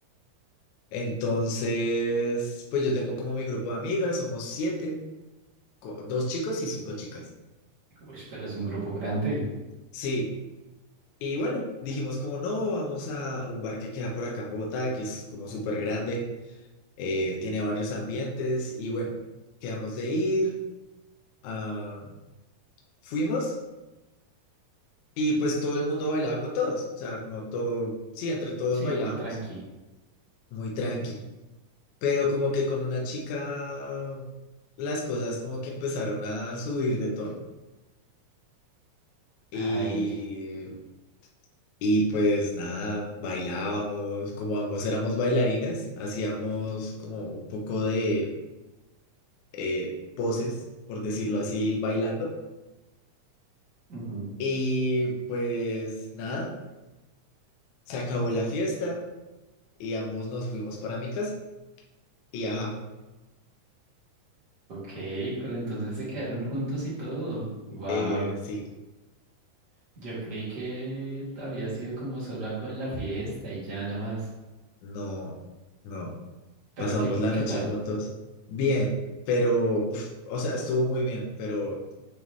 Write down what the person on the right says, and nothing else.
Uy, pero es un grupo grande.
Sí,
muy tranqui.
Ay,
ujú.
Ok, pero entonces se quedaron juntos y todo. Wow.
Yo creí que había sido como solo algo en la fiesta y ya nada más.
Pero
¿qué,
qué
tal?